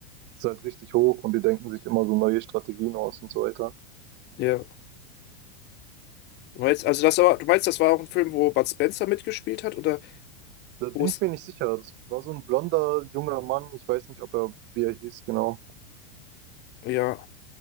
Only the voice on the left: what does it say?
Ja. Du meinst, also das war, du meinst, das war auch ein Film, wo Bud Spencer mitgespielt hat? Oder
wo es.
Ja.